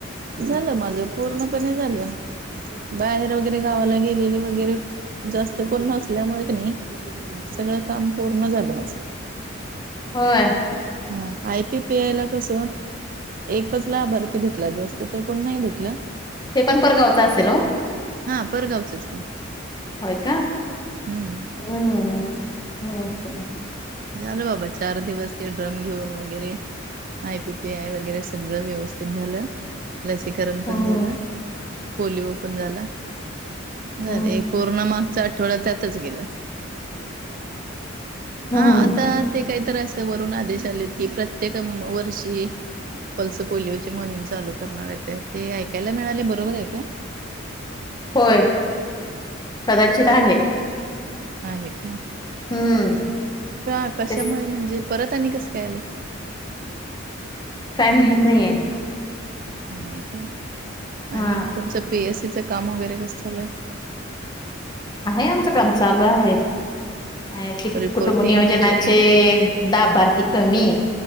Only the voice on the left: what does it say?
होय.
हे पण परगावच असेल हो.
होय का,
हम्म हम्
हम्म
हम्म
हम्म.
होय, कदाचित आहे.
हम्म
तेच
काय माहित नाहीये.
हा
हाय आमचं काम चालू आहेत. आणि कित
कुटुंब नियोजनाचे
लाभार्थी कमी